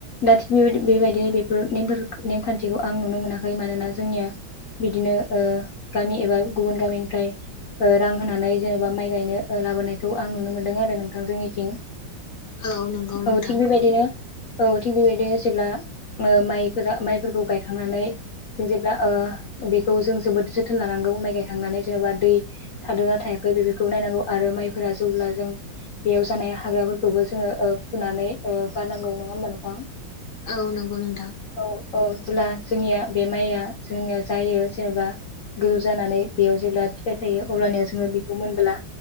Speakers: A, on the left; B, on the left.
A: दा थिग बेबाय-बेबायदिनो बेफोर नेमफोर नेमखान्थिखौ आं नुनो मोनाखै। मानोना जोंनिया बिदिनो ओ गामि एबा गुबुन गामिनिफ्राय ओ रां होनानै जेन'बा माइ गायनो लाबोनायखौ आं नुनो मोनदों आरो नोंथां जोंनिथिं।
B: औ नंगौ नोंथां।
A: औ थिग बेबायदिनो औ थिग बेबायदिनो जेब्ला ओ माइ फोरा माइफोरखौ गायखांनानै जों जेब्ला ओ बेखौ जों जोबोद जोथोन लानांगौ माइ गायखांनानै जेनेबा दै थादोना थायाखै बेफोरखौ नायनांगौ आरो माइफोरा जेब्ला जों बेयाव जानाय हाग्राफोरखौबो जोङो फुनानै ओ गारनांगौ नङा होमबा नोंथां।
B: औ नगौ नों
A: औ औ। जेब्ला जोंनिया बे माइया जोंनिया जायो जेनेबा गोजौ जानानै बेयाव जेब्ला फिथाइ थायो अब्लानिया जोङो बेखौ मोनबोला